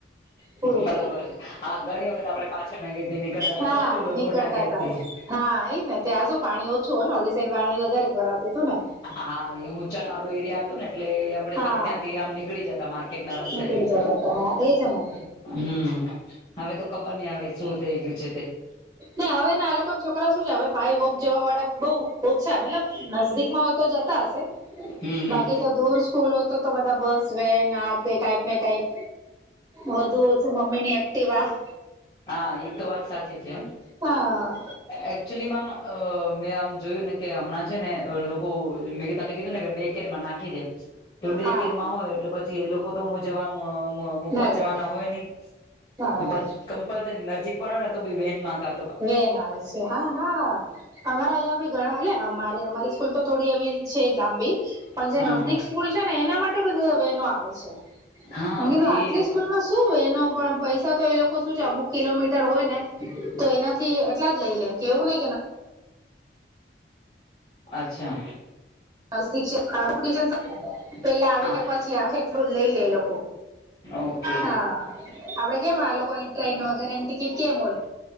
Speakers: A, on the right; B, on the left.
A: પૂરું
B: બરાબર
A: થયું.
B: છે હા ઘણી વખત આપડે પાછળના ગેટ થી નીકળતા હતાા
A: હા
B: ખબર છે બોલો
A: નીકળતા
B: રોડ ના ગેટ
A: હતા
B: થી
A: હા એઈ ને ત્યાં શું પાણી ઓછું હો ને ઓલી સાઈડ પાણી વધારે ભરાતું હતું ને
B: હા એ ઉંચાડ વાળો એરિયા હતું ને એટલે એ આપડે
A: હા
B: પછી ત્યાંથી આમ નીકળી જતા માર્કેટના રસ્તે
A: નીકળી
B: થી
A: જતા હા એ જો
B: હમ હવે તો ખબર નહ આવે શું થઇ ગયું છે તે
A: ને હવે ને આ લોકો ના છોકરા શું છે હવે બાય વોક જવા વાળા બઉ ઓછ મતલબ નજદીકમાં તો જતા હશે
B: હમ
A: બાકી તો દૂર સ્કૂલો હોય તો બધા બસ વેન હ કઈક ને કઈક વધુ ઓછું મમ્મી ની એક્ટવા આ
B: હા એક તો વાત સાચી છે
A: હા
B: એકચુલી માં મેં આમ જોયું ને કે હમણાં છે ને લોકો મેં તને કીધું ને કે ર નાખી દે તો ડ
A: હા
B: કેરમાં હોય એટલે પછી એ લોકો તો હું જવા મકવા
A: ના જાય
B: જવાના હોય નહ
A: હા
B: તો
A: હા
B: પછ કમ્પલસરી નજીક પણ ને તો વહેન માં ખા
A: વેન આવે છે હા હા અમારા અહીં ભી ઘણા એટલે અમારી સ્કૂલ તો થોડી એ છે લાંબી પણ જે
B: હમ
A: નદીક સ્કૂલ છે ને એના માટે બધીધ વેનો આવે છે
B: હા
A: કધું
B: એ
A: આટલી સ્કૂલ માં શું વેનો પણ પૈસા તો એ લોકો શું છે અમુક કિલોમીટર હોય ને તો એનાથી એટલા જ લઈ લેમ કે એવું નહી કે
B: અચ્છા
A: શિક્ષ પેલા આવે
B: હા
A: કે પછી આવે એટલું જ લઈ લે લો
B: ઓકે
A: હા આપડે કેમ આ લોકોની ટ્રેન વગેરે ની ટિકિટ કેમ હોય